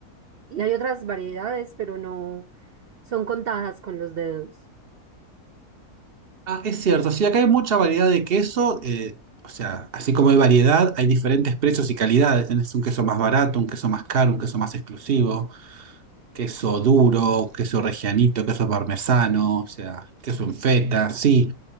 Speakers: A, on the right; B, on the right.
A: y hay otras variedades, pero no son contadas con los dedos.
B: Ah, es cierto, sí, acá hay mucha variedad de queso, eh, o sea, así como hay variedad, hay diferentes precios y calidades. Tenés un queso más barato, un queso más caro, un queso más exclusivo, queso duro, queso regianito, queso parmesano, o sea, queso en feta, sí.